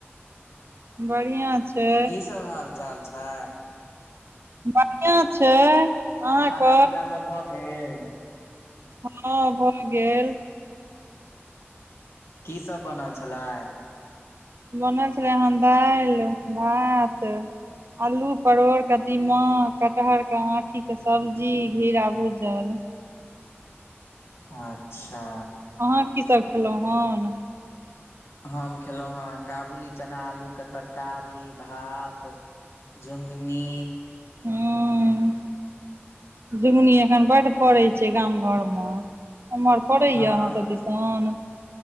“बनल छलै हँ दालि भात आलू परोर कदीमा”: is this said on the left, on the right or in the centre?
Right